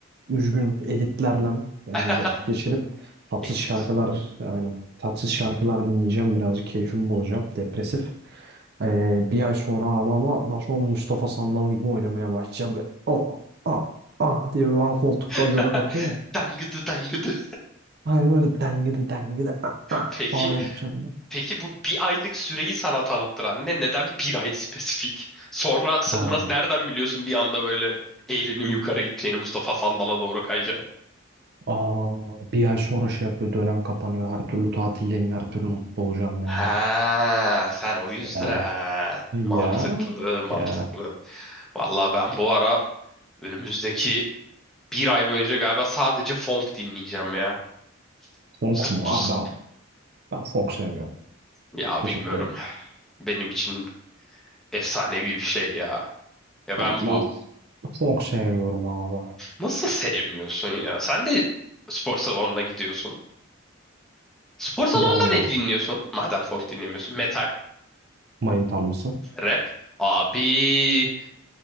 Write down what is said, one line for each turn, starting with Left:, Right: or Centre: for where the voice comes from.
Right: üzgün editlerle e,
Centre: <laughs>
Right: vakit geçirip tatsız
Centre: Edit.
Right: şarkılar aynen tatsız şarkılar dinleyeceğim. Birazcık keyfimi bozacağım. Depresif. E, bir ay sonra abi ama daha sonra Mustafa Sandal gibi oynamaya başlayacağım. Böyle, Oh, ah, ah diye böyle hani koltukta
Centre: <laughs>
Right: göbek atıyor ya.
Centre: Dangıdı dangıdı.
Right: Aynen öyle dengede dengede ah, ah
Centre: Peki
Right: falan yapacağım
Centre: Peki bu bir aylık süreyi sana tanıttıran ne? Neden bir ay spesifik? Sonra s-
Right: ben.
Centre: nasıl, nereden biliyorsun bir anda böyle eğrinin yukarı gideceğini, Mustafa Sandal'a doğru kayacağını?
Right: Aa, bir ay sonra şey yapıyor dönem kapanıyor her türlü tatildeyim her türlü mutlu olacağım
Centre: Ha,
Right: yani.
Centre: sen o yüzden.
Right: Ya
Centre: Mantıklı,
Right: ya
Centre: mantıklı.
Right: ya
Centre: Vallahi ben bu ara önümüzdeki bir ay boyunca galiba sadece funk dinleyeceğim ya.
Right: Funk
Centre: Zıp
Right: mu? Abi
Centre: zıp.
Right: ben, ben funk sevmiyorum.
Centre: Ya
Right: Teşekkür
Centre: bilmiyorum.
Right: ederim.
Centre: Benim için efsanevi bir şey ya. Ya ben
Right: Ben,
Centre: bu
Right: ben funk sevmiyorum abi.
Centre: Nasıl sevmiyorsun ya? Sen de spor salonuna gidiyorsun. Spor salonunda
Right: Yani
Centre: ne dinliyorsun? Madem folk dinlemiyorsun. Metal,
Right: mayın tarlası.
Centre: rap. Abi.